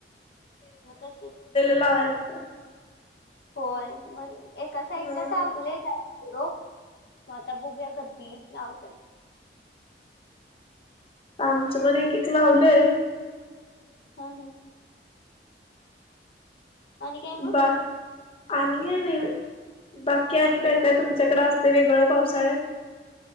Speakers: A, on the left; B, on the left.
A: मग तस
B: लावा लागतात.
A: होय मग एका साईडला
B: हा
A: टाकलय
B: हा
A: त्या पिरोप मग आता बघूया कधी लावत्यात.
B: आमचं पण एक एक लावलंय.
A: हम्म हम्म. आणि काय म.
B: बा आणि काय नाही बाकी आणि
A: ठीक
B: काय काय
A: आहे.
B: तुमच्याकडें असते वेगळं पावसाळ्यात.